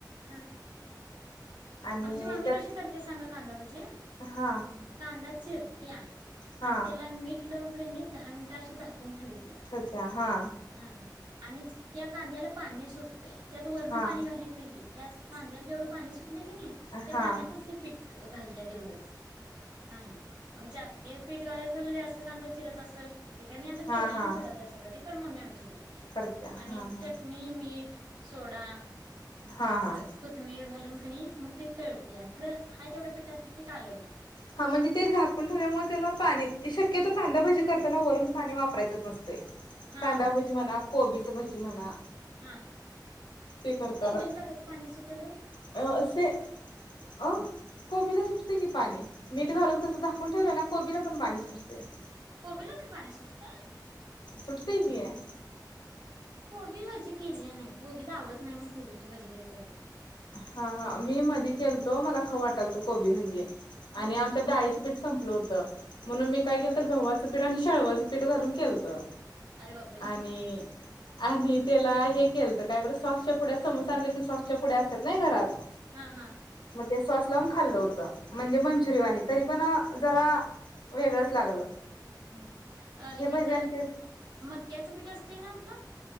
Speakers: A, on the right; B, on the left.
A: हा.
B: आणि
A: आमची मम्मी
B: त्यात
A: कशी करते सांगा कांदा म्हजे
B: हा.
A: कांदा चिरत्या
B: हा
A: आणि त्याला मीठ लावून कनी दहा मिनिट अे झाकून ठेवत्या.
B: अचछ हा.
A: हा आणि त्या कांद्याला पाणी सुटते त्यात वर्ण
B: हा
A: पाणी घालीत नाहीती त्यात. कांद्याला जवढ पाणी सुट क नाही त्या
B: हा
A: पाण्यातच ते पीठ घालतय तेवढंच हा. मग जास्तीत पीठ घालायचं जास्त कांदा चिरत असेल ते काय मी अजून केलेलं
B: हा हा
A: नाही सोडत अससं कधी. कर मम्मी आमची करतीया
B: करत्या
A: आणि
B: हा हा
A: चटणी मीठ सोडा.
B: हा
A: असं
B: हा
A: कोथमीर घालून का नाही मग ते तळत्यात खरं आहे तेवढ्या पिठात ते कालवता.
B: हा म्हणजे ते झाकून ठेवल्यामुळे त्याला पाणी शक्यतो कांदा भाजी करताना वरून पाणी वापरायचंच नसतंय.
A: हा
B: कांदाभजी म्हणा कोबीचं भजी म्हणा.
A: हा
B: ते करताना
A: कोबीज ला कसं पाणी सुटल.
B: अ असे अ कोबीला सुटते की पाणी. मीठ घालून तसं झाकून ठेवलं ना कोबीला पण पाणी सुटते.
A: कोबीला मी पाणी सुटत.
B: सुटते की आहे.
A: कोबी भाजी केलेली नाही कोबीच आवडत नाही मण कोबीची भाजी कधी करराची.
B: हा हा मी मध केलतो मला खऊ वाटाल त कोबी म्हजी
A: हा
B: आणि आम त्या डाळीच पीठ संपलं होतं म्हणून
A: हा
B: मी काय केलंत गव्हाचं पीठ आणि शाळवाचं पीठ घालून केलतं.
A: अरे बापरे
B: आणि आणि त्याला हे केल तर काय बरं सॉसच्या पुड्या समोस आणलं की सॉसच्या पुड्या असतात नाही घरात.
A: हा हा.
B: मग ते सॉस लाून खाल्लं होतं म्हणजे मंचुरिय
A: हा
B: वाणी तरी पण जरा. वेगळंच
A: हम्म
B: लागल
A: हम्म अ
B: हे पाहिजे
A: हेज
B: अन् ते
A: मक्याचं पीठ असतय ना आपलं